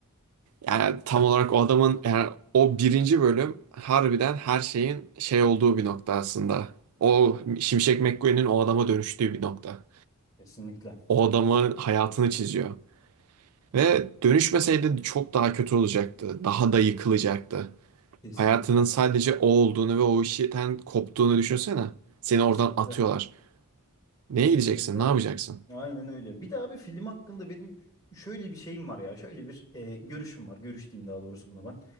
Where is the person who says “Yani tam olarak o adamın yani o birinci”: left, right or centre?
Right